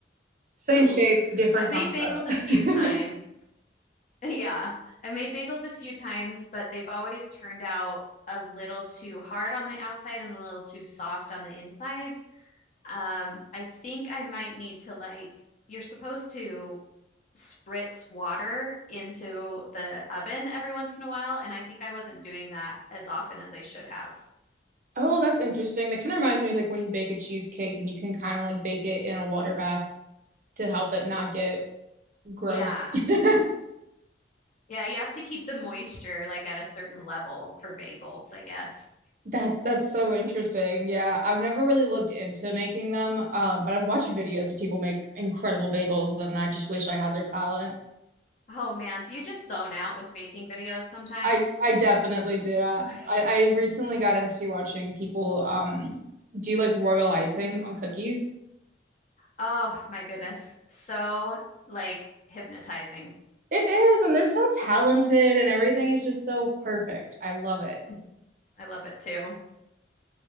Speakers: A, on the right; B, on the left.
A: Same
B: ooh,
A: shape, different
B: I've
A: concept.
B: made bagels a few
A: <laughs>
B: times. <laughs> Yeah, I've made bagels a few times, but they've always turned out a little too hard on the outside and a little too soft on the inside. Um, I think I might need to like you're supposed to spritz water into the oven every once in a while, and I think I wasn't doing that as often as I should have.
A: Oh, that's interesting. That kind of reminds me of like when you bake a cheesecake and you can kind of like bake it in a water bath to help it not get gross.
B: Yeah.
A: <laughs>
B: Yeah, you have to keep the moisture like at a certain level for bagels, I guess.
A: That's that's so interesting. Yeah, I've never really looked into making them, um, but I've watched videos of people make incredible bagels and I just wish I had their talent.
B: Oh man, do you just zone out with baking videos sometimes?
A: I I definitely do. I,
B: <laughs>
A: I I recently got into watching people um do like royal icing on cookies.
B: Oh my goodness. So like hypnotizing.
A: It is, and they're so talented and everything is just so perfect. I love it.
B: <laughs> I love it too.